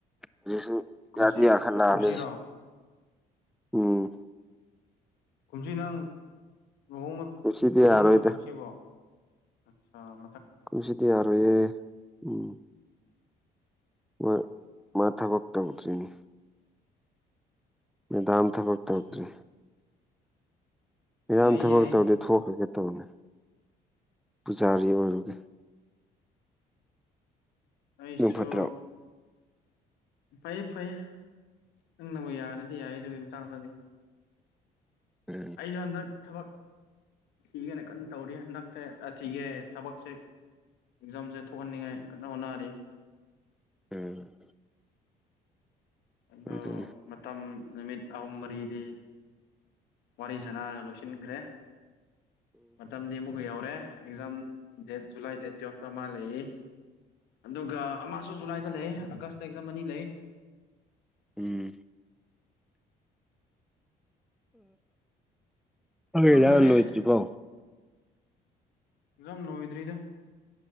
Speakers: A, in the centre; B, on the left.
A: ꯑꯗꯨꯁꯨ
B: ꯀꯨꯝꯁꯤ
A: ꯌꯥꯗꯦꯈꯜ ꯂꯥꯛꯑꯅꯤ
B: ꯀꯨꯝꯁꯤꯔꯣ
A: ꯎꯝ
B: ꯀꯨꯝꯁꯤ ꯅꯪ ꯂꯨꯍꯣꯡ
A: ꯀꯨꯝꯁꯤꯗꯤ
B: ꯂꯨꯍꯣꯡꯅ
A: ꯌꯥꯔꯣꯏꯗ
B: ꯀꯦꯔꯣ ꯀꯨꯝꯁꯤꯕꯣ ꯑꯆꯥ
A: ꯀꯁꯤꯦꯗꯤꯤ ꯌꯥꯔꯌꯦꯦ ꯎꯝ ꯃ ꯃꯥꯊꯥ ꯛꯇ ꯎꯁꯤ꯭ꯔꯤꯅꯤ ꯗꯥꯝ ꯊꯕꯛ ꯊꯧꯔꯤ
B: ꯑ
A: ꯃꯌꯥꯝ
B: ꯌꯥꯏ
A: ꯊꯕꯛ
B: ꯌꯥꯏ
A: ꯇꯧꯗꯦ ꯊꯣꯛꯈ꯭ꯔꯒꯦ ꯇꯧꯅꯤ ꯄꯨꯖꯥꯔꯤ ꯑꯣꯏꯔꯒꯦ
B: ꯑꯩꯁꯨꯁꯨ
A: ꯑꯗꯨꯝ ꯐꯠꯇ꯭ꯔꯣ
B: ꯐꯩꯌꯦ ꯐꯩꯌꯦ ꯅꯪꯅꯕꯨ ꯌꯥꯔꯗꯤ ꯌꯥꯏ ꯑꯗꯨꯒꯤꯥꯡꯗꯗꯤ
A: ꯎꯝ
B: ꯑꯩ ꯆꯗ ꯊꯕꯛ ꯊꯤꯒꯦꯅ ꯀꯟꯅ ꯇꯧꯔꯤ ꯍꯟꯗꯛꯁꯦ ꯊꯤꯒꯦ ꯊꯕꯛꯁꯦ ꯑꯦꯛꯖꯥꯝꯁꯦ ꯊꯣꯛꯍꯟꯅꯤꯡꯉꯥꯏ ꯀꯟꯅ ꯍꯣꯠꯅꯔꯤ
A: ꯎꯝ
B: ꯑꯗꯣ
A: ꯑꯗꯨꯅꯤ
B: ꯃꯇꯝ ꯅꯨꯃꯤꯠ ꯑꯍꯨꯝ ꯃꯔꯤꯗꯤ ꯋꯥꯔꯤ ꯁꯅꯔꯒ ꯂꯧꯁꯤꯟꯈ꯭ꯔꯦ ꯃꯇꯝꯗꯤ ꯑꯃꯨꯛ ꯑꯩꯈꯣꯏ ꯌꯧꯔꯦ ꯑꯦꯛꯖꯥꯝ ꯗꯦꯠ ꯖꯨꯂꯥꯏ ꯗꯦꯠ ꯇꯨꯋꯜꯐꯇ ꯃꯥ ꯂꯩ ꯑꯗꯨꯒ ꯑꯃꯁꯨ ꯖꯨꯂꯥꯏꯗ ꯂꯩ ꯑꯥꯒꯁꯇ ꯑꯦꯛꯖꯥꯝ ꯑꯅꯤ ꯂꯩ
A: ꯎꯝ ꯑꯗꯥꯅꯣꯇꯄꯣ
B: ꯈꯪꯗ꯭ꯔꯦ ꯑꯦꯖꯝ ꯂꯣꯋꯗꯔꯤꯗ